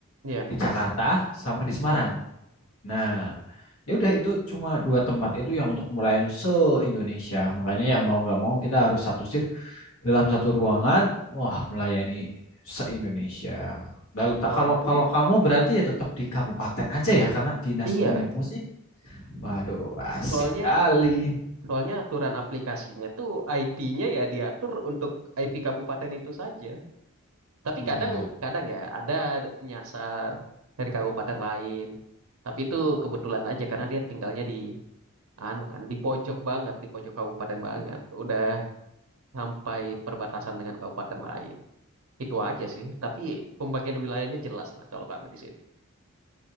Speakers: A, on the right (about 75°); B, on the left (about 70°).
A: Iya.
B: di Jakarta sama di Semarang. Nah, ya udah itu cuma dua tempat itu yang untuk melayani se-Indonesia. Makanya ya mau nggak mau kita harus satu shift dalam satu ruangan, wah melayani se-Indonesia. Lalu tak
A: Waduh.
B: kalau kalau kamu berarti ya tetap di kabupaten aja ya karena dinas
A: Iya,
B: kominfo sih. Waduh, asik
A: soalnya
B: kali.
A: Soalnya aturan aplikasinya tuh IP-nya ya diatur untuk IP kabupaten itu saja. Tapi
B: Wah,
A: kadang-kadang ya ada nyasar dari kabupaten lain. Tapi itu kebetulan aja karena dia tinggalnya di anu kan di pojok banget, di pojok kabupaten banget. Udah sampai perbatasan dengan kabupaten lain. Itu aja sih, tapi pembagian wilayahnya jelas lah kalau kami di sini.